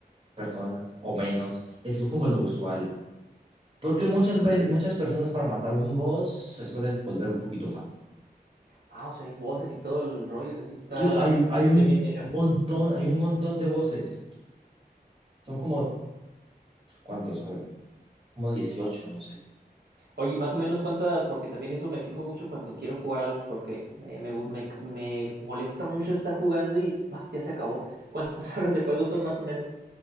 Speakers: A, on the right (about 35°); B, on the right (about 85°).
A: personas o menos. Es como lo usual. Porque muchas veces, muchas personas para matar un boss se suele volver un poquito fácil.
B: Ah, o sea, hay voces y todo el rollo, o sea, sí está,
A: Tú- Hay,
B: sí está
A: hay un
B: bien bien hecho.
A: montón, hay un montón de voces. Son como, ¿cuántos? A ver, como dieciocho no sé.
B: Oye, más o menos cuántas, porque también eso me fijo mucho cuando quiero jugar algo, porque eh, me, gu- me, me molesta mucho estar jugando y bah, ya se acabó. ¿Cuántas <laughs> horas de juego son más o menos?